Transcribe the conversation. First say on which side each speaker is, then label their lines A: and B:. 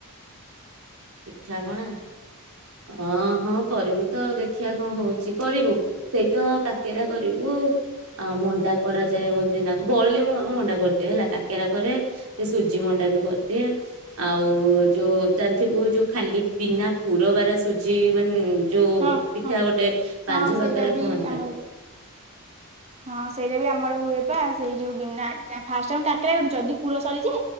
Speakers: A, on the right; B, on the right.
A: ପିଠାପଣା ଅ ହଁ କରିବୁ ତ ଦେଖିବା କଣ ହଉଛି କରିବୁ ସେଇତ କାକେରା କରିବୁ ଆଉ ମଣ୍ଡା କରାଯାଏ ବୋଧେ ନା ବଳିଲେ ମୁ ମଣ୍ଡା କରିଦିଏ ହେଲା କାକେରା କରେ ସେ ସୁଜି ମଣ୍ଡା ବି କରିଦିଏ ଆଉ ଯୋଉ ଚା <unintelligible> ଯୋଉ ଖାଲି ବିନା ପୁରବାର ସୁଜି ମାନେ ଯୋଉ
B: ହଁ
A: ପିଠା
B: ହଁ
A: ଗୋଟେ
B: ହଁ
A: ବାନ୍ଝ
B: ସେଇଟା
A: କାକରା
B: ବି
A: କୁହନ୍ତି
B: ଆମର
A: ତାକୁ।
B: ହଁ ସେଇଟା ବି ଆମର ହୁଏ ବା ସେଇ ଯୋଉ ବିନା ଫାଷ୍ଟମେ କାକରା କର ଯଦି ପୁର ସରିଛି